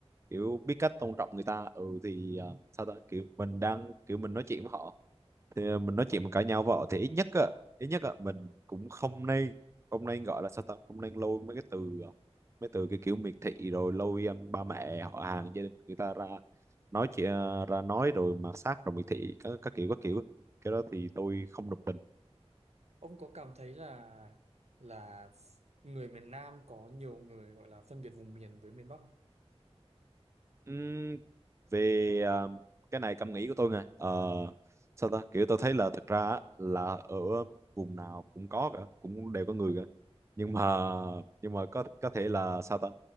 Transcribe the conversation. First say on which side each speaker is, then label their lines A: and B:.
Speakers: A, on the right; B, on the right.
A: kiểu biết cách tôn trọng người ta ừ thì
B: ừ.
A: ờ, sao ta kiểu mình đang kiểu mình nói chuyện với họ thì mình nói chuyện mình cãi nhau với họ thì ít nhất á ít nhất á mình cũng không nên không nên gọi là sao ta không nên lôi mấy cái từ ờ, mấy từ cái kiểu miệt thị rồi lôi um, ba mẹ họ hàng gia đình người ta ra nói chuyện ra nói rồi mạt sát rồi miệt thị các, các kiểu các kiểu cái đó thì tôi không đồng tình
B: ông có cảm thấy là là người miền Nam có nhiều người gọi là phân biệt vùng miền với miền Bắc không?
A: Ừm, về ờ, cái này cảm nghĩ của tôi nè Ờ, sao ta kiểu tôi thấy là thực ra á, là ở vùng nào cũng có cả cũng đều có người cả nhưng mà nhưng mà có có thể là sao ta